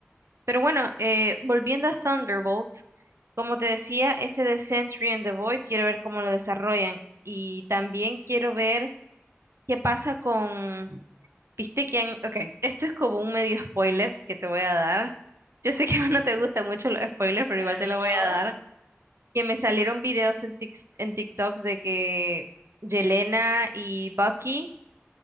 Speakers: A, on the right; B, on the right.
A: Pero bueno, eh, volviendo a Thunderbolts, como te decía, este de Sentry and the Void, quiero ver cómo lo desarrollan. Y también quiero ver qué pasa con... Viste que han... Ok, esto es como un medio spoiler que te voy a dar. Yo
B: Ajá,
A: sé que <laughs> no te gustan mucho los spoilers, pero
B: pero
A: igual
B: ni
A: te lo
B: modo.
A: voy a dar. Que me salieron videos en, tics- en TikToks de que Yelena y Bucky